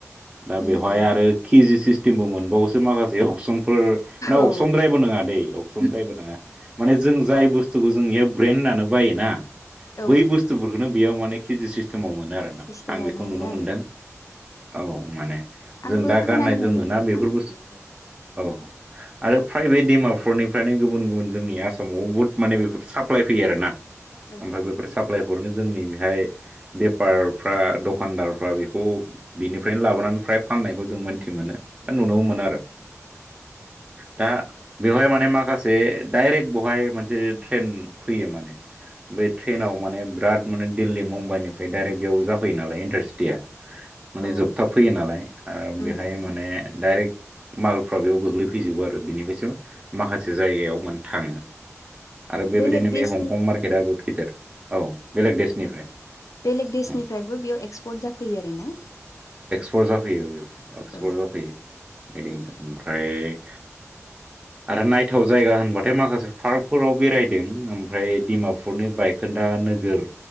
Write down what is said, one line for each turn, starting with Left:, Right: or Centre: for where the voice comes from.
Right: दा
Left: उम
Right: बेवहाय आरो केजि सिस्टेमबो मोनबावोसो माखासे अपसन फोर माने
Left: औ
Right: अक्सनद्रायबो नङा दै अक्सद्रायबो नङा माने जों जाय
Left: औ
Right: बुस्थुखौ जोंनिया ब्रेन होननानै बायोना
Left: औ
Right: बै बुस्थुफोरफोरखौनो बेयाव माने केजि सिस्टेमाव मोनो
Left: केजि
Right: आरोना
Left: सिस्टेमाव
Right: आं बेखौ
Left: मोनो
Right: नुनो
Left: आरो
Right: मोनदों। औ माने
Left: आंबो
Right: जों दा
Left: खोनानो
Right: गाननाय
Left: मोनदों
Right: जोमोना
Left: नोंथां
Right: बेफोर बुस्थु
Left: नुफेरा
Right: औ आरो प्राय बे डिमापुरनि फ्रायनो गुबुन गुबुन जोंनि आसामाव बहुद माने बेफोर साप्लाय फैयो आरोना
Left: साप्लाय
Right: ओमफाय
Left: जायो
Right: बेफोर
Left: आरोना
Right: साप्लाय हरनो जोंनि बेहाय बेपारफ्रा दखानदारफ्रा बेखौ बिनिफ्रायनो लाबोनानै फ्राय फाननायखौ जों मोनथि मोनो नुनोबो मोनो आरो दा बेवहाय माने माखासे डाइरेक्ट बहाय मोनसे ट्रेन फैयो माने बे ट्रेनाव
Left: औ
Right: माने बिराद माने दिल्ली मुम्बाइनिफ्राय डाइरेक्ट बेयाव जाफैयो नालाय इन्टारसिटिया माने
Left: औ
Right: जोबथा फैयो नालाय आरो बेहाय
Left: उम उम
Right: माने डाइरेक्ट मालफ्रा बेयाव गोग्लैफैजोबो आरो बेनिफ्रायसो माखासे जायगायाव मान थाङो आरो बेबायदिनो
Left: बेलेग देशनि
Right: बे हंखं मार्केटआ बहुत गिदिर औ बेलेग देशनिफ्राय
Left: बेलेग देशनिफ्रायबो
Right: उम।
Left: बेयाव एक्सपर्ट जाफैयो आरोना
Right: एक्सपर जाफैयो बे एक्सपर
Left: औ
Right: जाफैयो बि
Left: औ
Right: ओमफ्राय आरो नायथाव जायगा होनबाथाय माखासे पार्कफोराव बेरायदों। ओमफ्राय डिमापुरनि बायखोन्दा नोगोर